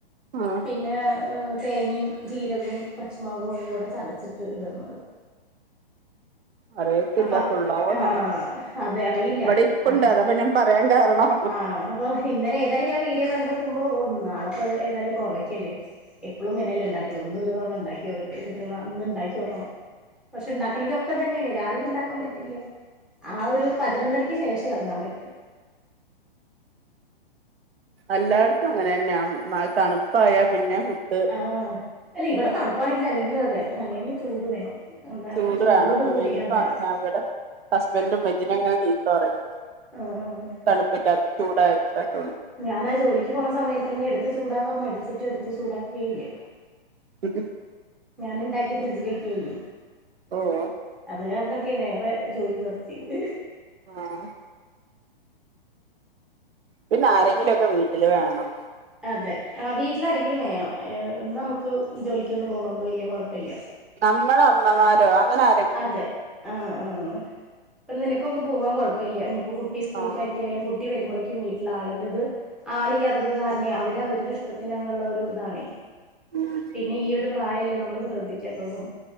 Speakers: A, on the right (about 85°); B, in the centre.
A: ആഹ്
B: പിന്നെ തേങ്ങേം ജീരകോം പച്ചമുളകും കൂടെ ചതച്ചിട്ട് ഇടുന്നത്
A: അറിയത്തില്ല
B: അപ്പൊ
A: കൊള്ളാവൂന്നാവൊ
B: ആഹ് അതെ അറിയില്ല
A: ഇവട ഇരിപ്പുണ്ട്
B: അപ്പൊ
A: അതാപ്പൊ ഞം പറയാൻ കാരണം
B: ആഹ് അപ്പോ ഇന്നലെ ഏതായാലും ആഹ് വീഡിയോ കണ്ടോക്കുമ്പോ ഓഹ് നാളെപ്പോ ഏതായാലും കോവയ്ക്കല്ലേ എപ്പളും ഇങ്ങനെ അല്ലേ ഇണ്ടാക്കല് ഒന്ന് ഒരു തവണ ഇണ്ടാക്കി നോക്കട്ടെ എന്നിട്ട് നാ ഇന്ന് ഇണ്ടാക്കി നോക്കണം പക്ഷെ ഇണ്ടാക്കണെങ്കി ഒക്കെ ഇതന്നേണ് രാവില ഉണ്ടാക്കുമ്പഴ്‌ ത്തില്യ ആ ഒരു പതിനൊന്നരക്ക് ശേഷേ എറങ്ങാൻ പറ്റൂ
A: അല്ലാടത്തും അങ്ങനെ തന്നെയ മഴ തണുപ്പായ പിന്നെ ഫുഡ്
B: ആഹ് അല്ല ഇവ്ടെ തണുപ്പാണെങ്കിലും അല്ലെങ്കിലും അതെ സനിയന് ചൂട് വേണം എന്താണ്
A: ചൂട്
B: ചൂടോട്
A: വേണം <unintelligible>
B: കൂടി അതെ
A: ഞാ ഇവിടെ ഹസ്ബൻഡും മെജിന ഇങ്ങന ചീത്ത പറയും
B: മ്ഹ്
A: തണുപ്പില്ലാ ചൂടായ്ക്കാത്തോണ്ട്
B: ഞാൻ ആ ജോലിക്ക് പോണ സമയത്തന്നെ എടുത്ത് ചൂടാക്കാൻ മടിച്ചിട്ട് എടുത്ത് ചൂടാക്കേയില്ലേ
A: <unintelligible>
B: ഞാന് ഉണ്ടാക്കി ഫ്രിഡ്ജിലേക്കായി
A: ഓഹ്
B: അത് കാരണൊക്കെണെ ഏറെ ജോലി നിർത്തിയത്
A: ആഹ് പിന്നെ ആരെങ്കിലൊക്കെ വീട്ടില് വേണം
B: അതെ ആഹ് വീട്ടില് ആരെങ്കിലും വേണം നമുക്ക് ജോലിക്കൊന്നും പോണോണ്ട് വലിയ കൊഴപ്പല്യാ
A: നമ്മള അമ്മമാരോ അങ്ങനെ അ
B: അതെ ആഹ് ആഹ് ഇപ്പൊ നിനക്കൊക്കെ പോവാൻ കൊഴപ്പല്ല ഇനിപ്പോ കു ട്ടി സ്കൂളിക്ക്
A: ആഹ്
B: ആക്കിയാലും കുട്ടി വരുമ്പൊളേക്കും വീട്ടില് ആളുണ്ട് ഇത് ആളില്ലാത്തത് കാരണെ അവര് അവരുടെ ഇഷ്ടത്തിന് അങ്ങ് ഒള്ള ഒരു ഇതാണെ
A: ഉം
B: പിന്നെ ഈ ഒരു പ്രായല്ലേ നമ്മള് ശ്രദ്ധിക്കേണ്ടതും